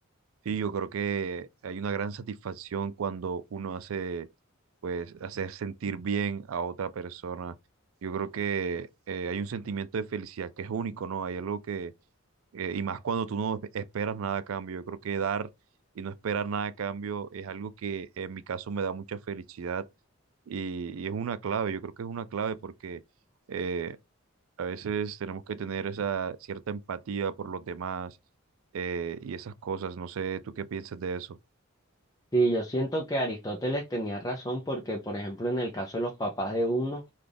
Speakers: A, on the right; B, on the left.
A: Sí, yo creo que hay una gran satisfacción cuando uno hace, pues, hacer sentir bien a otra persona. Yo creo que eh, hay un sentimiento de felicidad que es único, ¿no? Hay algo que eh, y más cuando tú no esperas nada a cambio. Yo creo que dar y no esperar nada a cambio es algo que en mi caso me da mucha felicidad y, y es una clave, yo creo que es una clave porque eh, a veces tenemos que tener esa cierta empatía por los demás eh, y esas cosas. No sé, ¿tú qué piensas de eso?
B: Sí, yo siento que Aristóteles tenía razón porque, por ejemplo, en el caso de los papás de uno,